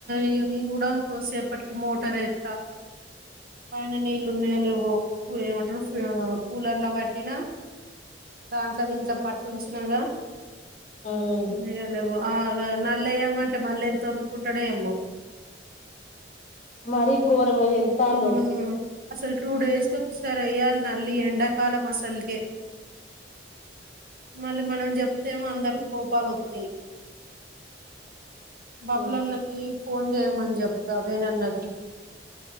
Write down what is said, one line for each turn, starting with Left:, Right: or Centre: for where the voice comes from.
Right: ఇగ నేను గూడా కొద్దిసేపటికి మోటార్ ఏత్తా పైన నీళ్ళు ఉన్నాయో లేవో ఏమంటారు కూలర్ లో పట్టినా దాంట్లో దీంట్లో పట్టించినగ
Left: ఉమ్
Right: ఉన్నాయొ లేవో ఆ నల్లెయ్యమంటే మళ్ళీ ఎంతొరుకుంటాడో ఏమో
Left: మరి ఘోరంగా చేత్తాండు
Right: హ్మ్ అసలు టూ డేస్ కొకసారి ఎయ్యాలి నల్లీ ఎండాకాలం అసలుకే మళ్ళీ మనం చెప్తేమో అందరి కోపాలొత్తాయి బబ్లన్నకి
Left: ఉమ్
Right: ఫోన్ చేయమని చెప్తా వేణన్నకి